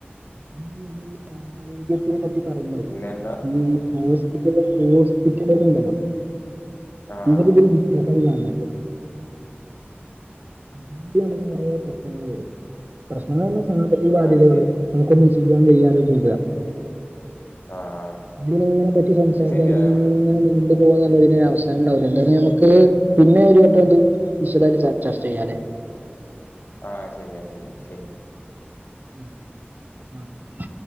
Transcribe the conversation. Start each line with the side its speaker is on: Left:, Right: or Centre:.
Right: ഇ നമ്മള് അരോഗ്യത്തിനെ പറ്റി പറയുമളേ
Left: പിന്നെ എന്താ
Right: ഈ ഹോസ്
Left: ഉം
Right: ഇപ്പോ ഇതേഹോസ്പിറ്റൽ ലോര്ഉണ്ടല്ലോ
Left: ആഹ്
Right: ഇഞ്ഒരു ബിറ്റ് നസ്ആയി കാണുന്നത്. ഹിന്ദു ആണെങ്കിൽകുറെ പ്രശ്നങ്ങൾ വരും പ്രശ്നങ്ങൾ പറഞ്ഞ സബാത്തിക ബാധ്യതകള്
Left: അത് ശരി
Right: നമുക്കൊന്ന് ചെയ്യാൻ കഴിയാതെ വര
Left: ആഹ്
Right: ഇതിനങ്ങനെ പറ്റി സംസാരിച്ചാൽ
Left: അത് ശരിയാ
Right: ഇതിങ്ങനെ
Left: നമ്മള്
Right: നിണ്ടു നിണ്ടു പോവ അല്ലാതെ ഇതിന് അവസാനം ഉണ്ടാവില്ല എന്താ നമുക്ക് പിന്നെ ഒരു വട്ടം ഇത് വിശദ ആയിട്ട് ചർച്ച ചെയ്യാംല്ലേ.
Left: ആഹ ശരിയാ ശരിയാ ശരി
Right: ഉ ആ ശരി